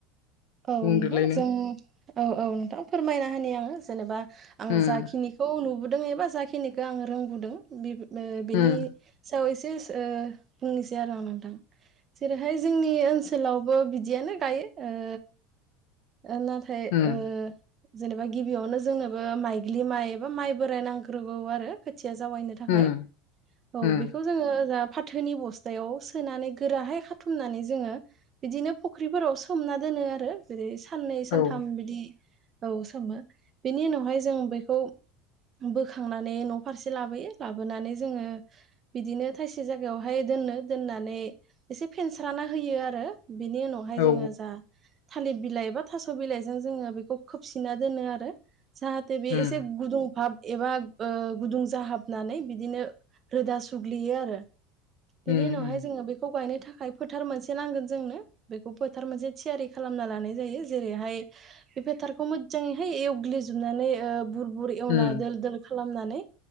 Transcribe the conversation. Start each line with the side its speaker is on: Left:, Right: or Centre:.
Right: औ
Left: बुंदोलाय
Right: नोंथां
Left: नों
Right: जों औ औ नोंथां फोरमायना होनि आङो जेनेबा आं
Left: उम
Right: जाखिनिखौ नुबोदों एबा जाखिनिखौ आं रोंबोदों बे ओ बिनि
Left: उम
Right: सायाव एसे ओ बुंनोसै आरो आं नोंथां जेरैहाय जोंनि ओनसोलावबो बिदियानो गायो ओ ओ नाथाय
Left: उम
Right: ओ जेनेबा गिबियावनो जोंनोबो माइग्लि माइ एबा माइ बोराय नांग्रोगौ आरो खोथिया जावायनो थाखाय
Left: उम
Right: औ
Left: उम
Right: बेखौ जोङो जा फाथोनि बस्थायाव सोनानै गोराहाय खाथुमनानै जोङो बिदिनो फुख्रिफोराव सोमना दोनो आ रो जेरै साननै सानथाम
Left: औ
Right: बिदि औ सोमो बेनि उनावहाय जों बैखौ बोखांनानै न' फारसे लाबोयो लाबोनानै जोङो बिदिनो थायसे जायगायावहाय दोननो दोननानै एसे फेनस्राना होयो आरो बिनि उनावहाय
Left: औ
Right: जोङो जा थालिर बिलाइ ए बा थास' बिलाइजों जोङो बेखौ खोबसिना दोनो आरो जाहाथे बे
Left: उम
Right: एसे गुदुं भाब एबा ओ गुदुं जाहाबनानै बिदिनो रोदा सुग्लियो आरो बेनि
Left: उम
Right: उनावहाय
Left: उम
Right: जोङो बेखौ गायनो थाखाय फोथार मोनसे नांगोन जोंनो बेखौ फोथार मोनसे थियारि खालामना लानाय जायो जेरैहाय बे फोथारखौ मोजाङैहाय एवग्लिजोबनानै ओ बुर बुर एवना
Left: उम
Right: दोल दोल खालामना नै